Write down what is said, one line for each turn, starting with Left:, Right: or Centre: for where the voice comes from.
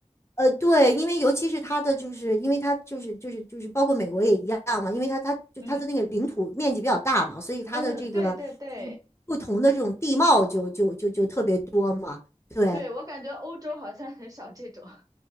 Left: 呃，对，因为尤其是它的，就是因为它就是就是就是包括美国也一样嘛，因为它它就它的那个领土面积比较大嘛，
Right: 嗯
Left: 所以它的这个就是不同的这种地貌就就就就特别多嘛。
Right: 嗯，对对对
Left: 对，
Right: 对，我感觉欧洲好像很少这种。